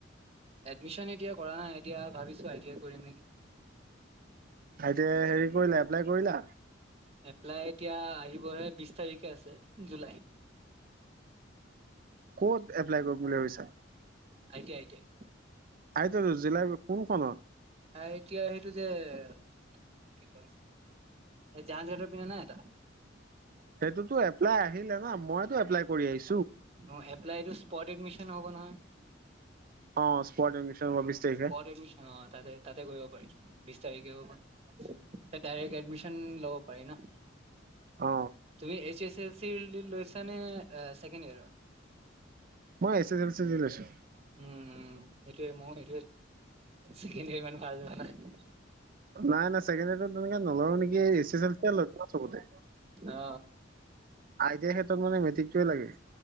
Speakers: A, on the right; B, on the right.
A: এডমিচন এতিয়া কৰা নাই এতিয়া ভাবিছোই টিই কৰিম নেকি
B: ততে হেৰি কৰিলা এপ্লাই কৰিলা।
A: এপ্লাই এতিয়া আহিবহে বিশ তাৰিখে আছে জুলাই।
B: ক'ত এপ্লাই কৰিব বুলি ভাবিছা।
A: আইটীয়া আইটীয়া।
B: আইটো জিলাই কোনখনত?
A: আইতিয়া সেইটো যে। তোমাৰ কি ক জাহাজতৰ পিন্ধনে নাই এটা।
B: সেইটোতো এপ্লাই আহিলে না মইতো এপ্লাই কৰি আহিছো
A: অ এপ্লাইটো স্পট এডমিশন হ'ব নহয়
B: অ স্পট এডমিশন হব বিশ তাৰিখে।
A: প এডমিশন তাতে তাতে কৰিব পাৰিছো বিছ তাৰিখে প ডাইৰেক্ এডমিশন লব পাৰি ন
B: অ
A: তুমি এইচ এছ এল চি লৈছ নে ছেকেণ্ড ইয়োৰৰ।
B: মই এছ এছ এল চি আছো
A: উম সেইটোোৱে মই সেইেমমান ভাল যোৱা নাই।
B: নাই নাই চছেকেণ্ড তেনেকে নলো নেকি এ এছ এল চ ল চবতে।
A: অ অ
B: আইটিয়াৰ ক্ষেত্ৰত মানে মেট্ৰিকটোৱে লাগে